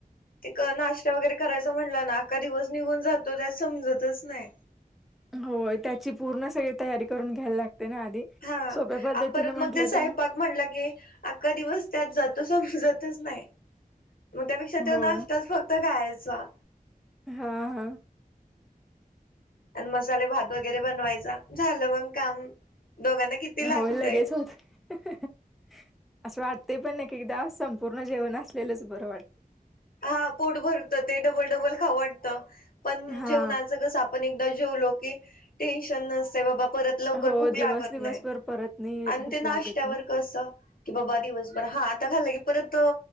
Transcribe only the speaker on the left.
ते नाश्ता वगैरे करायचा म्हणला ना का दिवस निघून जातो त्यात समजतच नाही
हा
आणि परत
मग ते स्वयंपाक
म्हटला की अख्खा दिवस त्यात जातो तसं समजतच नाही, मग त्यापेक्षा ते
नाष्टताच फक्त काय सा
अण मसाले भात वगैरे बनवायचा झालं मंग काम दोघांना किती लागतय
हा पोटभर ते डबल डबल खाऊ वाटत पण
जेवणाच कास आपण एकदाच जेवलो की टेन्शन नसते बाबा परत लवकर
भूक
लागत
नाही
आणि
ते नाष्टयावर
कस की बाबा दिवसभर हा परत तो